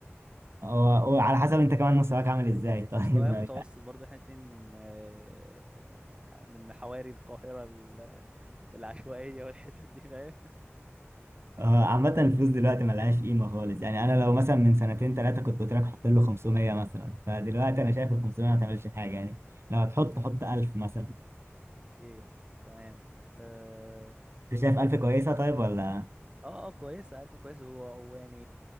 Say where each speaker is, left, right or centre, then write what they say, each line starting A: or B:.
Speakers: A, on the right (about 60°); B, on the right (about 20°).
A: هو وعلى حسب انت كمان مستواك عامل ازاي <laughs> طيب
B: مستواي متوسط
A: يعني
B: برضه احنا اتنين آه، من حواري القاهرة ال- العشوائية والحتت دي فاهم
A: هو <laughs> عامة الفلوس دلوقتي ملهاش قيمة خالص يعني انا لو مثلا من سنتين ثلاثة كنت قلت لك حط له 500 مثلا فدلوقتي
B: <laughs> مم.
A: انا شايف ال 500 ما تعملش حاجة يعني لو هتحط حط 1000 مثلا
B: اوكي تمام آه،
A: انت شايف 1000 كويسة طيب ولا
B: اه اه كويسة ألف كويس و- ويعني